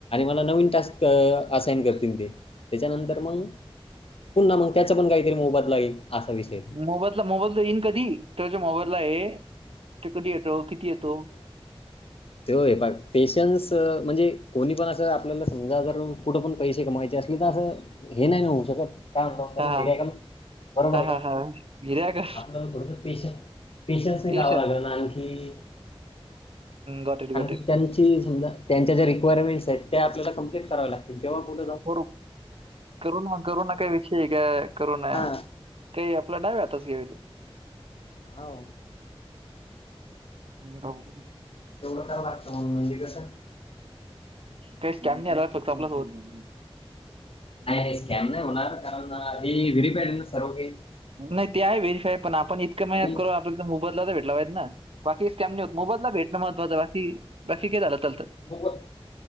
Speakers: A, on the left; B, on the right.
A: मला नवीन टास्क असाइन करतील ते. त्याच्यानंतर मग पुन्हा मग त्याचा पण काहीकाही मोबदला येईल. असा विषय आहे.
B: मोबाईला मोबाईला येईन कधी त्याच्या मोबाईला आहे. ते कधी येतो. किती येतो.
A: ते <unintelligible> पेशन्स म्हणजे कोणी पण असं आपल्याला समजा जर कुठं पण पैसे कमायचे ते असले त असं हे नाही न होऊ शकत. <unintelligible>
B: हा
A: मिराकल बरोबर
B: हा
A: आहे का?
B: हा हा हिऱ्या का
A: आपल्याला थोडंस पेशन्स पेशन्स
B: पेशा
A: जावं लागलं ना आणखी
B: गॉट इट
A: आणखी
B: गॉट इट
A: त्यांची समजा त्यांच्या ज्या रिकवायरमेंट्स आहेत त्या आपल्याला कंप्लीट करा लाग तेव्हा कुठ
B: करू करुना करूना काय विषय का? करूना
A: हा
B: काही आपल्या डाव्या हाताचं खेळ ते
A: हो.
B: चौक
A: तेवढं <unintelligible> म्हणजे कसा
B: ते स्कॅन नाही रात फक्त आपल्यासोबत
A: नाही नाही स्कॅम नाही होणार, कारण हे व्हेरी फाय हाय ना सर्व काही.
B: नाही ते हाय व्हेरीफाय पण आपण इतक मेहनत
A: आणि
B: करू, आपल्याला मोबदला तर भेटला पाहिजेत ना? बाकी स्कॅम नाही होत, मोबदला भेटणं महत्वाच बाकी बाकी काय झालं चालतं.
A: मोबद